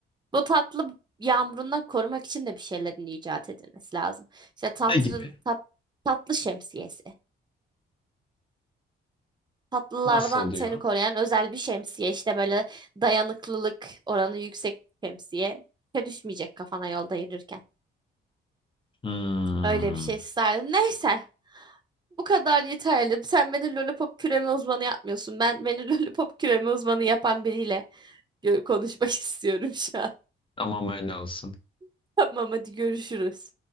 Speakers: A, on the right (about 20°); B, on the left (about 25°).
A: bu tatlı yağmurundan korumak için de bir şeylerin icat edilmesi lazım. İşte tatlı,
B: Ne gibi?
A: tat, tatlı şemsiyesi. Tatlılardan
B: Nasıl oluyor?
A: seni koruyan özel bir şemsiye. İşte böyle dayanıklılık oranı yüksek şemsiye. Düşmeyecek kafana yolda yürürken.
B: Hmm,
A: Öyle bir şey isterdim. Neyse. Bu kadar yeterli. Sen beni lollipop küreme uzmanı yapmıyorsun. Ben beni <laughs> lollipop küreme uzmanı yapan biriyle gö- konuşmak <laughs> istiyorum şu an.
B: tamam öyle olsun.
A: <laughs> Tamam hadi görüşürüz.